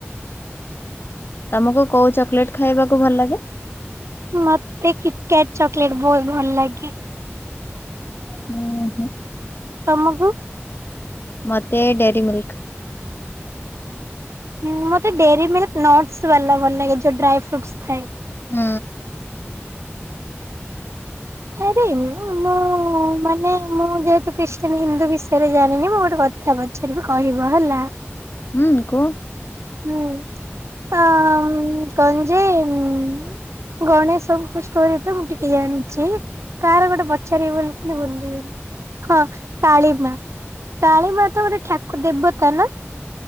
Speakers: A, on the left (about 55°); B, on the right (about 80°).
A: ତମକୁ କୋଉ ଚକୋଲେଟ ଖାଇବାକୁ ଭଲ ଲାଗେ।
B: ମତେ କିଟକାଟ ଚକୋଲେଟ୍ ବହୁତ ଭଲ ଲାଗେ।
A: ହୁଁ ହୁଁ।
B: ତମକୁ?
A: ମତେ ଡେରି ମିିଲ୍କ୍।
B: ହୁଁ ମୋତେ ଡେରି ମ ନଟ୍ସ୍ ବାଲା ଭଲ ଲାଗେ। ଯେଉଁ ଡ୍ରାଏ ଫ୍ରୁଟ୍ସ୍ ଥାଏ।
A: ହୁଁ।
B: ଆରେ ଉଁ ମୁଁ ମାନେ ମୁଁ ଯେହେତୁ ଖ୍ରୀଷ୍ଟିୟାନ ହିନ୍ଦୁ ବିଷୟରେ ଜାଣିନି। ମୁଁ ଗୋଟେ କଥା କଥା ପଚାରିବି କହିବ ହେଲା।
A: ହୁଁ କୁହ।
B: ହୁଁ ଆ ଉଁ କଣ ଯେ ଉଁ। ଗଣେଶଙ୍କ ଷ୍ଟୋରି ତ ମୁଁ ଟିକେ ଜାଣିଛି। କାହାର ଗୋଟେ ପଚାରିବି ବୋଲି। ଭୁଲି ଗଲି। ହଁ କାଳିମା କାଳିମା ତ ଗୋଟେ ଠାକୁ ଦେବତା ନା।